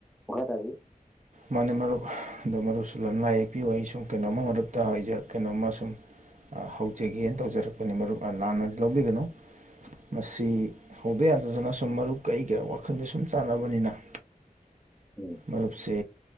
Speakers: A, in the centre; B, on the right (about 55°).
A: ꯋꯥꯈꯥꯏ ꯇꯕꯤ
B: ꯃꯥꯅꯦ ꯃꯔꯨꯞ ꯑꯗꯣ ꯃꯔꯨꯞꯁꯨ ꯑꯗꯨꯝ ꯂꯥꯏ ꯌꯦꯛꯄꯤꯌꯨ ꯑꯩ ꯁꯨꯝ ꯀꯩꯅꯣꯃ ꯃꯔꯨꯞꯇ ꯀꯩꯅꯣꯝꯃ ꯁꯨꯝ ꯍꯧꯖꯒꯦꯅ ꯇꯧꯖꯔꯛꯄꯅꯤ ꯃꯔꯨꯞ ꯂꯥꯟꯅꯗꯤ ꯂꯧꯕꯤꯒꯅꯨ ꯃꯁꯤ ꯍꯧꯗ ꯌꯥꯗꯗꯅ ꯁꯨꯝ ꯃꯔꯨꯞ ꯀꯩꯒ ꯋꯥꯈꯜꯁꯦ ꯁꯨꯝ ꯆꯥꯟꯅꯕꯅꯤꯅ <inaudible>
A: ꯎꯝ
B: ꯃꯔꯨꯞꯁꯤ